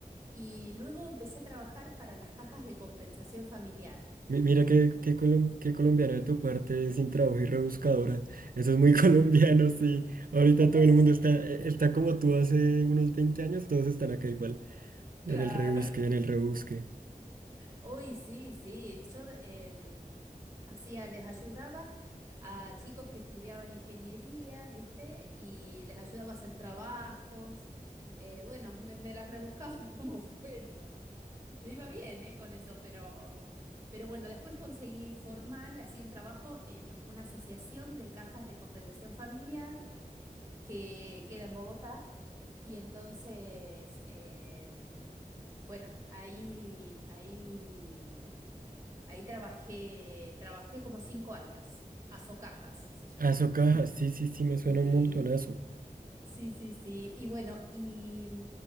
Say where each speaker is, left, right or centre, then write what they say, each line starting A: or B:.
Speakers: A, on the right; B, on the right.
A: Y luego empecé a trabajar para las cajas de compensación familiar.
B: Mi- Mira qué, qué, colom- qué colombiano de tu parte, sin trabajo y rebuscadora. Eso es muy
A: <laughs>
B: <laughs> colombiano, sí. Ahorita
A: Sí,
B: todo el mundo está,
A: sí,
B: e, está como tú hace unos 20 años, todos están acá igual. En
A: claro.
B: el rebusque, en el rebusque.
A: Uy, sí, sí. Yo em, hacía, les ayudaba a chicos que estudiaban ingeniería, ¿viste? Y les ayudaba a hacer trabajos. Eh, bueno, me, me las rebuscaba <laughs> como fuera. Me iba bien, eh, con eso, pero, pero bueno, después conseguí formal, así un trabajo en una asociación de cajas de compensación familiar que queda en Bogotá. Y entonces, em, bueno, ahí, ahí, mm, ahí trabajé, trabajé como cinco años. Azocajas se llamaba.
B: Aso caja, sí, sí, sí, me
A: Sí.
B: suena un montonazo.
A: Sí, sí, sí. Y bueno, y mm,